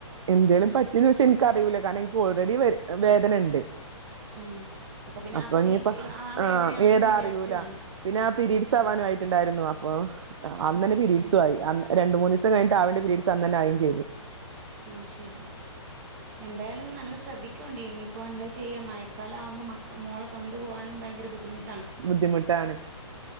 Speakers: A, on the right; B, on the right.
A: എന്തേലും പറ്റന്ന് വെച്ചാ എനിക്കറിയൂല്ല കാരണം എനിക്ക് ഓൾറെഡി വേദന ഉണ്ട്
B: ഉം അപ്പൊ പിന്നെ അതും
A: തൊടങ്ങിയപ്പോ
B: ഇത് ആ
A: ആഹ്
B: വേദനയാണെന്ന്
A: ഏതാ
B: വിചാരിച്ച്
A: അറിയൂല
B: കാണും
A: പിന്നെ ആ പിരീഡ്സ്
B: ഉം
A: ആവാനും ആയിട്ടുണ്ടായിരുന്നു ആഹ് അന്ന്
B: ഉം
A: തന്നെ പീരീഡ്സു
B: ഉം ഉം
A: ആയി രണ്ട് മൂന്ന് ദിവസം കഴിഞ്ഞട്ട് ആവേണ്ട പീരീഡ്സ് അന്ന് തന്നെ ആയും ചെയ്തു
B: അഹ് ശരി എന്തായാലും നല്ല ശ്രദ്ധിക്കണ്ടേ ഇനിയിപ്പോൾ എന്താ ചെയ്യ മഴക്കാലം ആവുമ്പോ മ മോളെ കൊണ്ടുപോകാനും ഭയങ്കര ബുദ്ധിമു
A: ബുദ്ധിമുട്ടാണ്